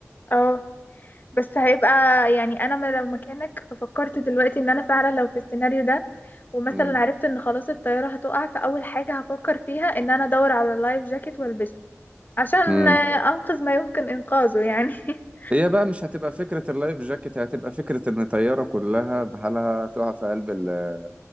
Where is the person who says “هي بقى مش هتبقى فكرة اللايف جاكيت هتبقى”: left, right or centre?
Right